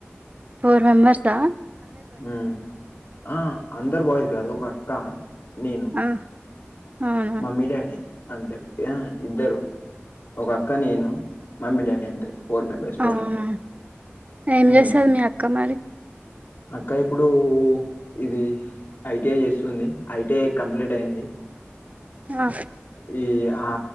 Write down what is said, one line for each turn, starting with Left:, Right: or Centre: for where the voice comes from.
Right: ఫోర్ మెంబర్స్ ఆ
Left: ఉ ఆ అందరు బాయ్స్ కాదు ఒక అక్క నేను
Right: ఆ అవునా
Left: మమ్మీ డాడీ అంతే ఆ ఇద్దరు ఒక అక్క నేను మమ్మీ డాడీ అంతే ఫోర్ మెంబర్స్ టోటల్
Right: అవునా ఏం
Left: ఉ
Right: చేస్తది మీ అక్క మారి
Left: అక్క ఇప్పుడు ఇది ఐటిఐ చేస్తుంది ఐటిఐ కంప్లీట్ అయింది
Right: ఆ
Left: ఈ ఆ